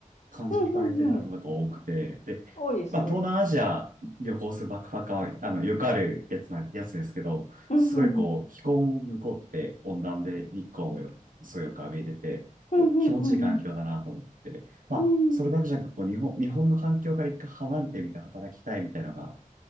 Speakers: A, on the right (about 75°); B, on the left (about 55°).
A: 感じで働いてる方が多くて、
B: うんうんうん。
A: で、
B: 多いですね。
A: まあ、東南アジア旅行するバックパッカーは、あの、よくあるやつな、やつですけど、
B: うんうんうん。
A: すごいこう、気候も向こうって温暖で日光もよすごいよく浴びれて、
B: うんうんうん
A: こう気持ちいい環境だなと思って、まあ、
B: うん。
A: それだけじゃなくて、
B: うん。
A: こう、日本、日本の環境から一回離れてみて働きたいみたいなのが